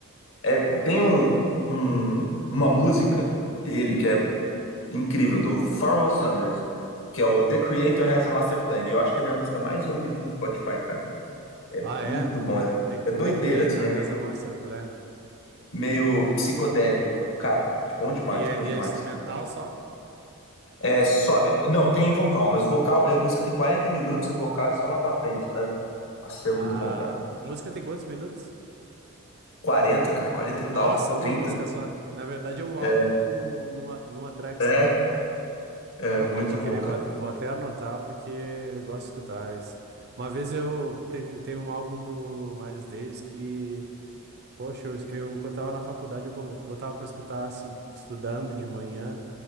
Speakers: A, on the left; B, on the right.
A: É, tem um, um- uma música dele que é incrível, do Pharoah Sanders, que é o The Creator Has a Master Plan. E eu acho que é a minha música mais ouvida do Spotify, cara.
B: Ah, é?
A: Muito bom. É,
B: The,
A: é doideira,
B: The Creator
A: assim, é
B: has
A: meio,
B: a master plan.
A: meio psicodélico. Cara, bom demais,
B: E é,
A: bom demais.
B: e é instrumental só?
A: É só. é, Não, tem vocal, mas o vocal. A música tem 40 minutos e o vocal é só lá pra frente, sabe? Nossa, é muito
B: A
A: bom, cara.
B: música tem quantos minutos?
A: quarenta cara, 40
B: Nossa,
A: e tal.
B: uma
A: trinta
B: música só. Na verdade, é um álbum
A: É,
B: no, no, numa, numa track
A: é,
B: só.
A: é,
B: Pô, pode
A: muito bom,
B: crer,
A: cara.
B: vou, vou até anotar porque eu gosto de escutar isso. Uma vez eu teve, tem um álbum do Miles Davis que Poxa, eu, eu quando tava na faculdade, eu co- botava pra escutar, assim, estudando de manhã.